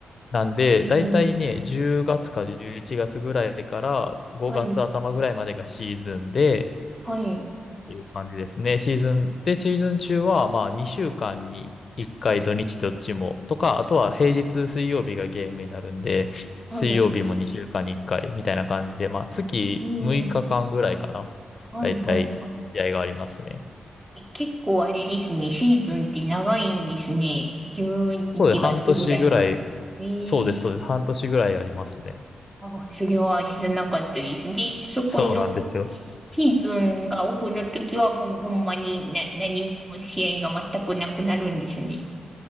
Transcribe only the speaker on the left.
なんで、
大体ね、10月か11月ぐらいから5月頭ぐらいまでがシーズンで、
っていう感じですね。シーズン、で、シーズン中は、まあ、2週間に1回土日どっちもとか、あとは平日水曜日がゲームになるんで、
水曜日も2週間に1回みたいな感じで、まあ、月6日間ぐらいかな。
だいたい、
試合がありますね。
そうです。半年ぐらい、
そうです、そうです。半年ぐらいありますね。
そうなんですよ。